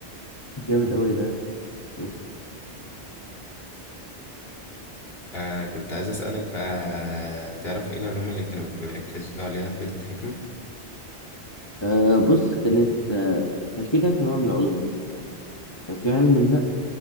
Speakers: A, on the left; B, on the left.
A: جامد قوي ده اوف
B: آه كنت عايز أسألك بقى تعرف إيه العلوم اللي كانوا بيركزوا عليها في بيت الحكمة؟
A: آه بص كانت آه كان في ثلاث انواع من العلوم يعني كان كان في علم النقل